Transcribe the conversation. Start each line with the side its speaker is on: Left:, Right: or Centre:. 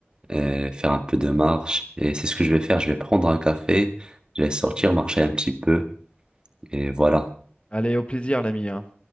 Right: euh, faire un peu de marche. Et c'est ce que je vais faire. Je vais prendre un café, je vais sortir, marcher un petit peu. Et voilà.
Left: Allez, au plaisir, l'ami, hein.